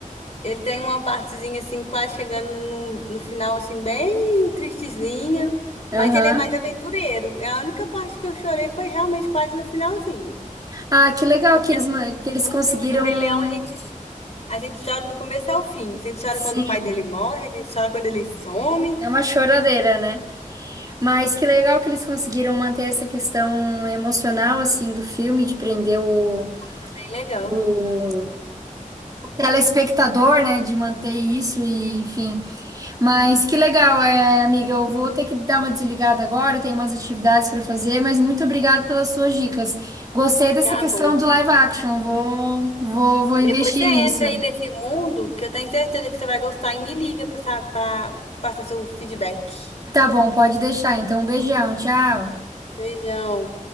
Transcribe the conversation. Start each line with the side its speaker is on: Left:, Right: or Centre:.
Left: ele tem uma partezinha assim, quase chegando no, no final, assim, bem tristezinha. Mas
Right: Aham.
Left: ele é mais aventureiro. É A única parte que eu chorei foi realmente quase no finalzinho.
Right: Ah, que legal
Left: Porque
Right: que eles, ma- que eles
Left: o
Right: conseguiram.
Left: filme do Rei Leão, a gente, a gente chora do começo ao fim. A gente chora
Right: Sim,
Left: quando o pai dele morre, a gente chora quando ele some.
Right: é uma choradeira, né? Mas que legal que eles conseguiram manter essa questão emocional, assim, do filme, de prender o,
Left: Bem legal.
Right: o telespectador, né? De manter isso e, enfim. Mas que legal, é, amiga. Eu vou ter que dar uma desligada agora, tenho umas atividades para fazer, mas muito obrigada pelas suas dicas. Gostei dessa
Left: Tá
Right: questão
Left: bom.
Right: do live action, vou, vou, vou
Left: Depois
Right: investir
Left: você entra
Right: nisso.
Left: aí nesse mundo que eu tenho certeza que você vai gostar e me liga pra, sa- pra passar seu feedback.
Right: Tá bom, pode deixar. Então, um beijão, tchau.
Left: Beijão.